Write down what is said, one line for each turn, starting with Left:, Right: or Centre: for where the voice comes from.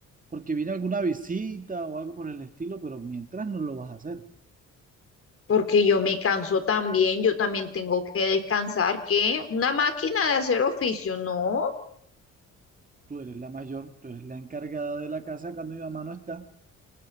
Right: porque viene alguna visita o algo por el estilo, pero mientras no lo vas a hacer.
Left: porque yo me canso también, yo también tengo que descansar, que una máquina de hacer oficio, no,
Right: tú eres la mayor, tú eres la encargada de la casa cuando mi mamá no está.